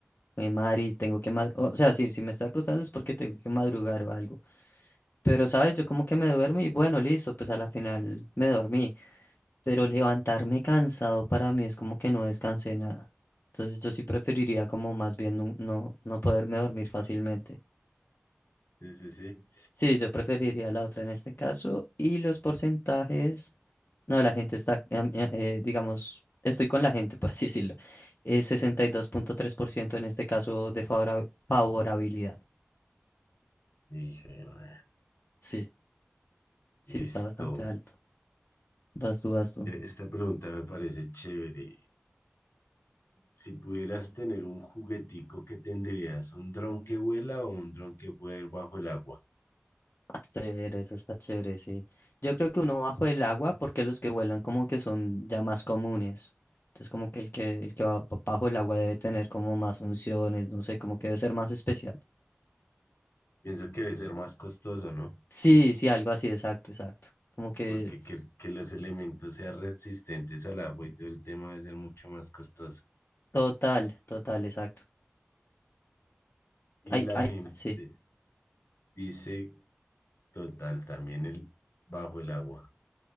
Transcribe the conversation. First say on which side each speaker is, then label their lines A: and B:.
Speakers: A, on the left; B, on the left.
A: mi madre, y tengo que madrugar. O sea, sí, si me estoy acostando es porque tengo que madrugar o algo. Pero, ¿sabes? Yo como que me duermo y bueno, listo, pues a la final me dormí. Pero levantarme cansado para mí es como que no descansé nada. Entonces yo sí preferiría como más bien no, no, no poderme dormir fácilmente.
B: Sí, sí, sí.
A: Sí, yo preferiría la otra en este caso. Y los porcentajes, no, la gente está, em, eh, eh, digamos, estoy con la gente, <laughs> por así decirlo. Es 62.3% en este caso de favora- favorabilidad.
B: Y dije, "Bueno,
A: Sí, sí,
B: listo.
A: está bastante alto. Vas tú, vas tú.
B: E- Esta pregunta me parece chévere. Si pudieras tener un juguetico, ¿qué tendrías? ¿Un dron que vuela o un dron que pueda ir bajo el agua?
A: Chévere, eso está chévere, sí. Yo creo que uno bajo el agua, porque los que vuelan como que son ya más comunes. Entonces como que el que, el que va pa- bajo el agua debe tener como más funciones, no sé, como que debe ser más especial.
B: Pienso que debe ser más costoso, ¿no?
A: Sí, sí, algo así, exacto, exacto. Como que
B: Porque que, que los elementos sean resistentes al agua y todo el tema debe ser mucho más costoso.
A: total, total, exacto.
B: Y
A: Ay,
B: la
A: ay,
B: gente
A: sí.
B: dice, total, también el bajo el agua.